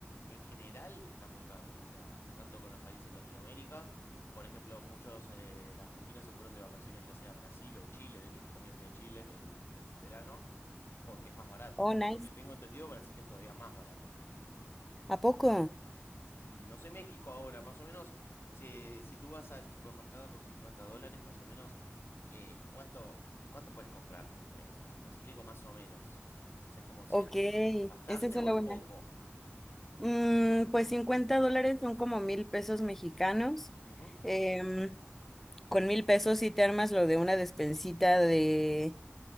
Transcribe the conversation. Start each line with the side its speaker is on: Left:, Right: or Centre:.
Left: En general está muy caro. O sea, tanto con los países de Latinoamérica. Por ejemplo, muchos eh, argentinos se fueron de vacaciones ya sea a Brasil o Chile. De hecho, yo también fui a Chile en, en verano porque es más barato.
Centre: Oh, nice.
Left: Por lo que tengo entendido, Brasil es todavía más barato.
Centre: ¿A poco?
Left: Y no sé México ahora, más o menos, si, si tú vas al supermercado con 50 dólares, más o menos, eh, ¿cuánto, cuánto puedes comprar? Me, me- me explico más o menos. O sea, es como si,
Centre: Ok,
Left: ¿es bastante
Centre: esa es una
Left: o es
Centre: buena.
Left: poco?
Centre: Mm, pues 50 dólares son como mil pesos mexicanos.
Left: Ujú,
Centre: Em, con mil pesos sí te armas lo de una despensita de